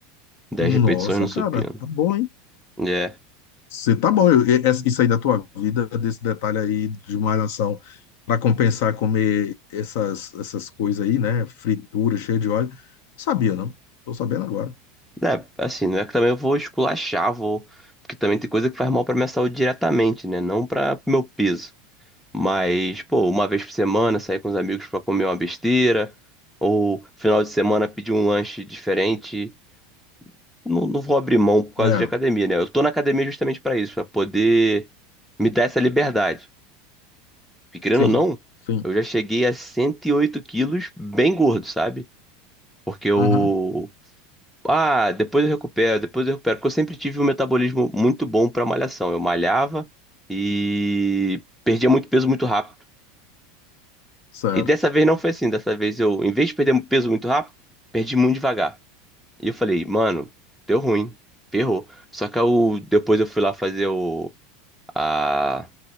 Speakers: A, in the centre; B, on the left.
A: 10
B: nossa,
A: repetições no
B: cara,
A: supino.
B: tá bom, hein?
A: É,
B: Você tá bom, eu- e- essa- isso aí da tua vida, desse detalhe aí de malhação, para compensar comer essas, essas coisas aí, né? Fritura, cheia de óleo. Sabia, não? Tô sabendo agora.
A: né, assim, não é que também eu vou esculachar, vou. Porque também tem coisa que faz mal pra minha saúde diretamente, né? Não pra meu peso. Mas, pô, uma vez por semana sair com os amigos pra comer uma besteira, ou final de semana pedir um lanche diferente. Não, não vou abrir mão por causa
B: É,
A: de academia, né? Eu tô na academia justamente pra isso, pra poder me dar essa liberdade. Porque querendo
B: sim,
A: ou não,
B: sim.
A: eu já cheguei a 108 quilos bem gordo, sabe? Porque eu
B: Aham,
A: Ah, depois eu recupero, depois eu recupero. Porque eu sempre tive um metabolismo muito bom pra malhação. Eu malhava e perdia muito peso muito rápido.
B: certo.
A: E dessa vez não foi assim. Dessa vez eu, em vez de perder peso muito rápido, perdi muito devagar. E eu falei, mano, deu ruim, ferrou. Só que eu, depois eu fui lá fazer o. A.